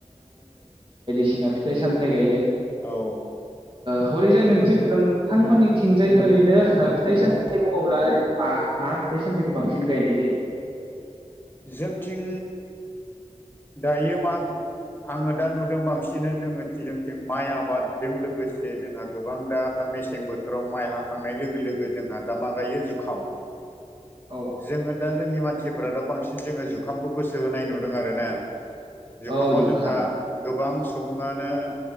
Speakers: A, on the right; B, on the left.
A: बायसिना फिथाइ
B: उम
A: सामथाय गायदों
B: औ
A: हरैजायथ नोंथांमोननिथिंजाय ओरैनो फिथाइ सामथाइ बुङोब्ला ओरैनो मा फिथाइ सामथाइखौ बांसिन गायनाय जायो
B: जोंथिं दायो मा आङो दा नुदों बांसिन जोङो थिं जोंथिं माइ आबादजों लोगोसे जोंहा गोबां दा दा मेसें बोथोराव माइ हाखांनाय लोगो लोगो जोंहा दा मा गायो जुखाम
A: <inaudible> औ
B: जोङो दा जोंनि मानसिफोरा दा बांसिन जोङो जुखामखौ गोसो होनाय नुदों आरोना जुखामाव
A: औ जुखाम
B: जोंहा गोबां
A: औ
B: सुबुङानो